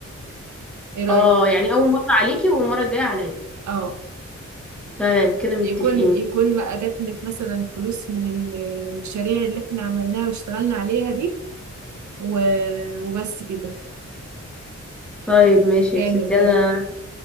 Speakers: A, on the right (about 75°); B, in the centre.
A: ايه رايك
B: اه يعني اول مره عليكي والمره الجايه عليا
A: اه
B: تمام كده متفقين
A: يكون يكون بقى جات لك مثلا فلوس من المشاريع اللي احنا عملناها واشتغلنا عليها دي و- وبس كده
B: طيب
A: يبقى
B: ماشي
A: جامد
B: يا ستي
A: ده
B: انا